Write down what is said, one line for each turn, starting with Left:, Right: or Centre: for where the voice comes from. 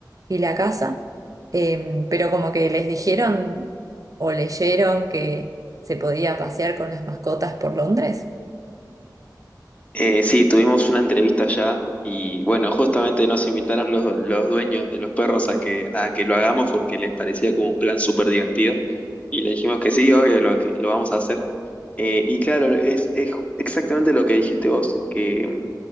Right: y la casa, em, pero como que les dijeron o leyeron que se podía pasear con las mascotas por Londres?
Left: Eh, sí, tuvimos una entrevista ya y bueno, justamente nos invitaron los, los dueños de los perros a que, a que lo hagamos porque les parecía como un plan súper divertido y le dijimos que sí, obvio, lo que lo vamos a hacer. Eh, y claro, es, es ju- exactamente lo que dijiste vos, que mm,